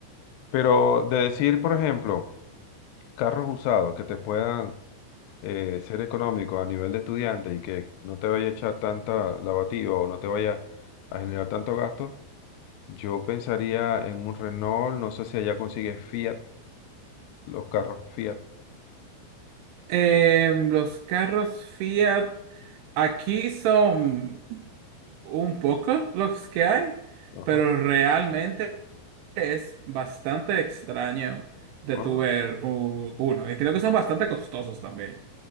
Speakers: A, on the left; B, on the right.
A: Pero de decir, por ejemplo, carros usados que te puedan eh, ser económicos a nivel de estudiante y que no te vaya a echar tanta lavativa o no te vaya a generar tanto gasto, yo pensaría en un Renault, no sé si allá consigues Fiat, los carros Fiat.
B: Em, los carros Fiat aquí son un poco los que hay,
A: Ajá.
B: pero realmente es bastante extraño de
A: Ah,
B: tu ver u- uno. Entiendo que son bastante costosos también.